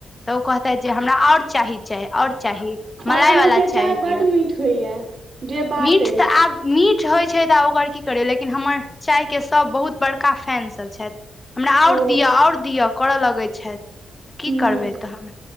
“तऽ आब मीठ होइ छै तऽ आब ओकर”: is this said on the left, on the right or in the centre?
Left